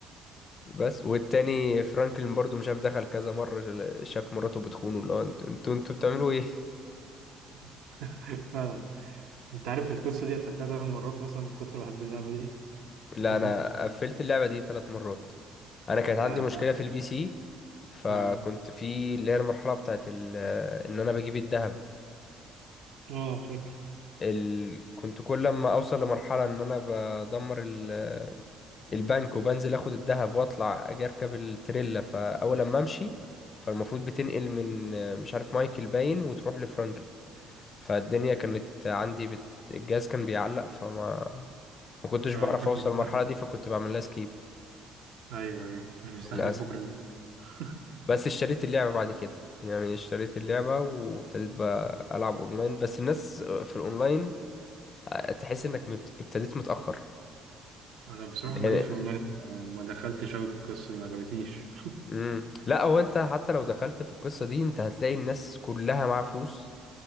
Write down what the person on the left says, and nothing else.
بس والتاني فرانكلين برضو مش عارف دخل كذا مرة جل- شاف مراته بتخونه اللي هو انتوا انتوا انتوا بتعملوا ايه
لا
انا
قفلت اللعبة دي ثلاث مرات انا كانت
عندي مشكله
في البي سي فكنت
في اللي هي المرحله بتاعت ال- ان انا بجيب الذهب
ال... كنت كل لما اوصل لمرحله ان انا بدمر ال... البنك وبنزل اخد الذهب واطلع اجي اركب التريلا فاول لما امشي فالمفروض بتنقل من مش عارف مايكل باين وتروح لفرانكل فالدنيا كانت عندي بت... الجهاز كان بيعلق فما ما كنتش
بعرف
اوصل
المرحله دي فكنت بعمل لها سكيب
للاسف
بس اشتريت اللعبة بعد كده يعني اشتريت اللعبة وابتديت بقى ألعب أونلاين بس الناس في الأونلاين آه، تحس إنك مبت- ابتديت متأخر
يعني
امم لا هو أنت حتى لو دخلت في القصة دي أنت هتلاقي الناس كلها معاها فلوس